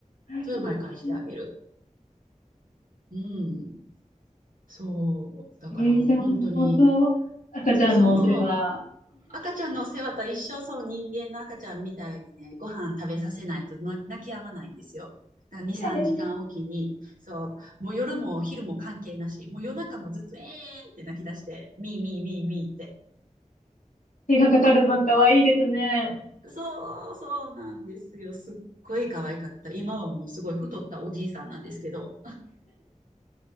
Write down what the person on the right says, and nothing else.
それを毎回してあげる。
うん。そう。だからもう本当に、
そう。赤ちゃんのお世話と一緒、その人間の赤ちゃんみたいにね、ご飯食べさせないとな泣き止まないんですよ。だから2、3時間おきに、
そう、もう夜も昼も関係なし、もう夜中もずっとえーんって泣き出して、ミーミーミーミーって。
そう、そうなんですよ。すっごい可愛かった。今はもうすごい太ったおじいさんなんですけど、